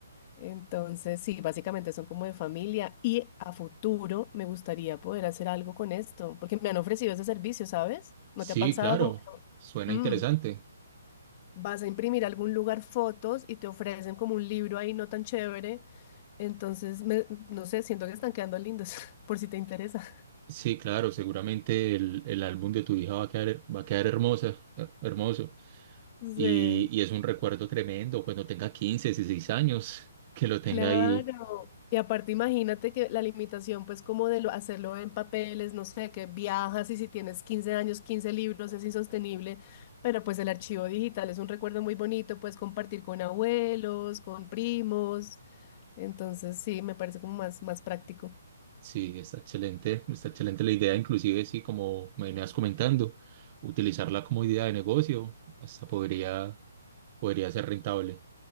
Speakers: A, on the left; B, on the right.
A: Entonces, sí, básicamente son como de familia y a futuro me gustaría poder hacer algo con esto, porque me han ofrecido ese servicio, ¿sabes? ¿No
B: sí,
A: te ha pasado
B: claro,
A: como que,
B: suena
A: mm,
B: interesante.
A: vas a imprimir a algún lugar fotos y te ofrecen como un libro ahí no tan chévere? Entonces, me- no sé, siento que están quedando lindos, <laughs> por si te interesa.
B: Sí, claro, seguramente el, el álbum de tu hija va a quedar, va a quedar hermosa, eh, hermoso.
A: Sí.
B: Y, y es un recuerdo tremendo cuando tenga 15, 16 años, que lo tenga
A: Claro.
B: ahí.
A: Y aparte imagínate que la limitación pues como de lo- hacerlo en papeles, no sé, que viajas y si tienes 15 años, 15 libros es insostenible, pero pues el archivo digital es un recuerdo muy bonito, puedes compartir con abuelos, con primos, entonces sí, me parece como más, más práctico.
B: Sí, está excelente, está excelente la idea, inclusive, sí, como me venías comentando, utilizarla como idea de negocio, hasta podría, podría ser rentable.